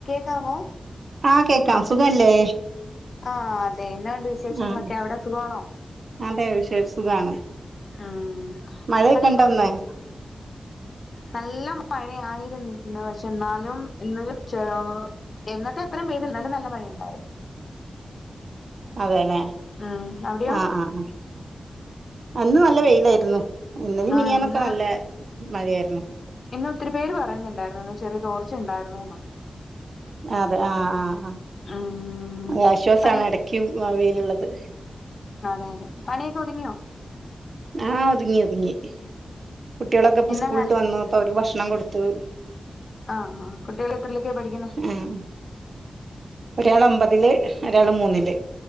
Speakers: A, on the left; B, on the right.
A: <unintelligible>
B: ആഹ് കേക്കാം സുഖല്ലേ?
A: ആഹ് അതെ എന്നാവുണ്ട് വിശേഷങ്ങളൊക്കെ
B: ആഹ്
A: എവിടെ സുഖമാണോ?
B: അതെ വിശേഷ സുഖാണ്
A: ഉം
B: മഴയൊക്കെ
A: പണി
B: ഉണ്ടോന്ന്
A: ഒക്കെ ഒതുങ്ങിയോ? നല്ല മഴയായിരുന്നു ഇന്ന് പക്ഷെ എന്നാലും ഇന്നൊരു ചെ എന്നത്തെ അത്രയും പെയ്തില്ല എന്നാലും നല്ല മഴയ ഉണ്ടായിരുന്നു
B: അതെല്ലെ
A: ഉം അവിടെയോ
B: ആഹ് ആഹ് ആഹ് അന്ന് നല്ല വെയിലായിരുന്നു ഇന്നലിം
A: ആഹ്
B: മിനിയാനൊക്കെ
A: ഇന്ന്
B: നല്ല മഴയായിരുന്നു.
A: ഇന്ന് ഒത്തിരി പേര് പറയുന്നുണ്ടായിരുന്നു ഇന്ന് ചെറിയ തോർച്ച ഉണ്ടായിരുന്നുന്ന്.
B: അതെ ആഹ് ആഹ് ആഹ്
A: ഉം
B: അ ആശ്വാസമാണ്
A: പണി
B: ഇടയ്ക്കും അവേയിലുള്ളത്
A: അതെയതെ പണിയൊക്കെ ഒതുങ്ങിയോ
B: ആഹ് ഒതുങ്ങി ഒതുങ്ങി കുട്ടികളൊക്കെ ഇപ്പ
A: എന്നാ
B: സ്കൂളട്ട്
A: കറി
B: വന്നു അപ്പൊ അവർക്ക് ഭക്ഷണം കൊടുത്തു
A: ആഹ് ആ കുട്ടികൾ എത്രലക്കെയ പഠിക്കുന്ന
B: ഉം ഒരാള് ഒമ്പതില് ഒരാള് മൂന്നില്